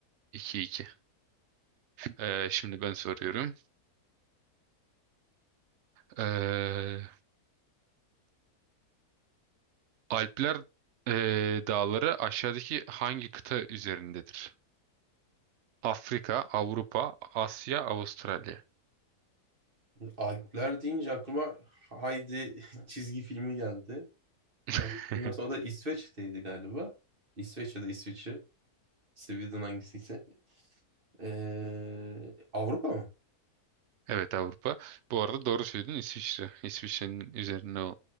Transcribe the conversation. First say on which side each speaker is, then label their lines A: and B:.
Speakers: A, on the right; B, on the right.
A: iki iki. Ee, şimdi ben soruyorum. Ee, Alpler ee, dağları aşağıdaki hangi kıta üzerindedir? Afrika, Avrupa, Asya, Avustralya.
B: Alpler deyince aklıma Haydi <laughs> çizgi filmi geldi.
A: <laughs>
B: Yanlış bilmiyorsam o da İsveç'teydi galiba. İsveç ya da İsviçre. Sweden hangisiyse. Ee, Avrupa mı?
A: Evet Avrupa. Bu arada doğru söyledin İsviçre. İsviçre'nin üzerinde o.